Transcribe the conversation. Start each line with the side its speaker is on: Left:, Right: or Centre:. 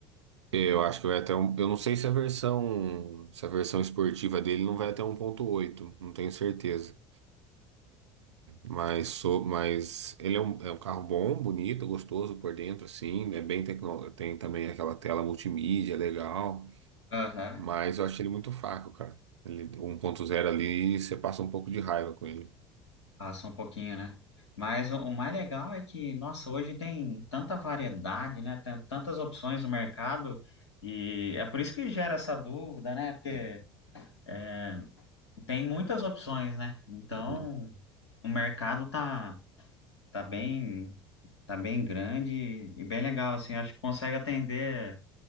Right: Eu acho que vai até um, eu não sei se a versão, se a versão esportiva dele não vai até um 1.8, não tenho certeza. Mas, sou, mas ele é um, é um carro bom, bonito, gostoso por dentro, assim, é bem tecno, tem também aquela tela multimídia legal,
Left: Aham.
Right: mas eu acho ele muito fraco, cara. Ele 1.0 ali, você passa um pouco de raiva com ele.
Left: Passa um pouquinho, né? Mas o, o mais legal é que, nossa, hoje tem tanta variedade, né? Tem tantas opções no mercado e é por isso que gera essa dúvida, né? Porque é, tem muitas opções, né? Então,
Right: Uhum.
Left: o mercado tá, tá bem, tá bem grande e bem legal, assim. Acho que consegue atender